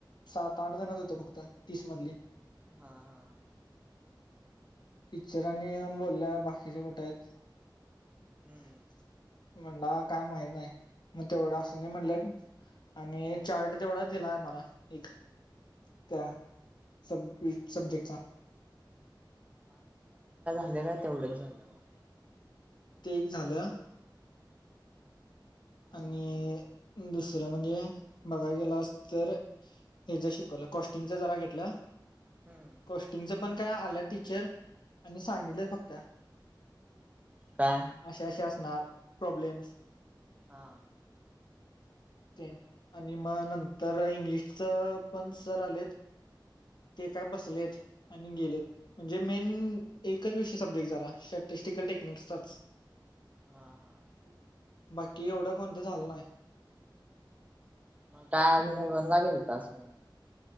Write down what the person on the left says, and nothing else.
सात, आठ जणच होतो फक्त तीस मधली
टीचराणी बोलल्या बाकीचे कुठे आहेत?
<unintelligible> म्हणला काय माहत नाही, मग तेवढं असूदे म्हणले आणि एक चार्ट तेवढा दिला आहे मला एक त्या सब्जे सब्जेक्टचा
ते एक झालं. आणि दुसरं म्हणजे बघाय गेलास, तर हेज शिकवलं कॉस्टिंगच जरा घेतलं.
कॉस्टिंगच पण काय आल्या टीचर आणि सांगितलं फक्त
अशा अशा <unintelligible> प्रॉब्लेमस
ते आणि मग नंतर इंग्लिशच पण सर आलेत ते काय बसलेत आणि गेलेत म्हणजे मेन एकच विषय सब्जेक्ट झाला स्टॅटिस्टिकल टेक्निकसचाच
हम् बाकी कि एवढं कोणतं झालं नाही.
आणि